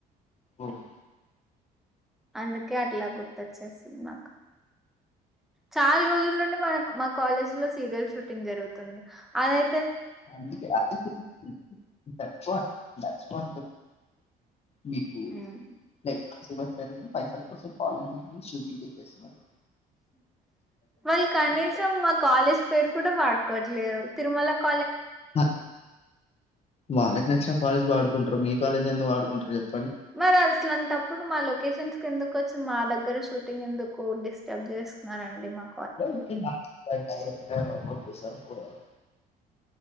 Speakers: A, on the left (about 35°); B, in the centre.
A: ఓహ్
B: అందుకే అట్లా గుర్తొచ్చేస్తుంది మాకు చాలా రోజుల నుండి మనకు మాకు కాలేజ్ లో సీరియల్ షూటింగ్ జరుగుతుంది అదై
A: అందుకే <unintelligible> కొ మీకు
B: హ్మ్.
A: లై కాని పైసల కోసం కాలేజీ నీ షూటింగ్ కిచ్చేస్తున్నారు
B: వాళ్ళు కనీసం
A: రైట్
B: మా కాలేజ్ పేరు కూడా వాడు కొట్లేరు తిరుమల కా
A: ఆ వాళ్ళక్ నచ్చిన కాలేజ్ వాడు కుంట్రూ మీ కాలేజ్ ఎందుకు వాడుకుంట్రు చెప్
B: మరి అసలంటప్పుడు మల్ ఒకేషన్స్ ఎందుకు వచ్చి మా దగ్గర షూటింగ్ ఎందుకు డిస్టర్బ్ చేస్తున్నారండి మాక్
A: <unintelligible> డైరెక్ట <unintelligible> సరిపోయారు